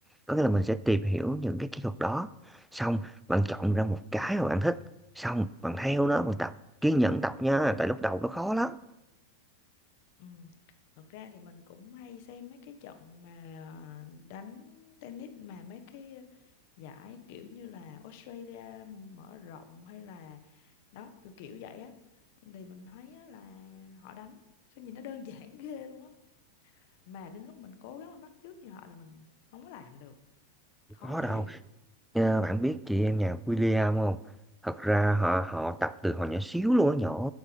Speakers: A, in the centre; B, on the left.
A: có nghĩa là mình sẽ tìm hiểu những cái kỹ thuật đó xong bạn chọn ra một cái mà bạn thích xong bạn theo nó bạn tập kiên nhẫn tập nha tại lúc đầu nó khó lắm
B: ừ thật ra thì mình cũng hay xem mấy cái trận mà à, đánh tennis mà mấy cái giải kiểu như là Australia mở rộng hay là đó kiểu kiểu vậy á thì mình thấy á, là họ đánh sao nhìn nó đơn <laughs> giản ghê luôn á mà đến lúc mình cố gắng mình bắt chước như họ là mình không có làm được
A: không
B: khó
A: có
B: thiệt
A: đâu Nha, bạn biết chị em nhà William không? Thật ra họ họ tập từ hồi nhỏ xíu luôn á, nhỏ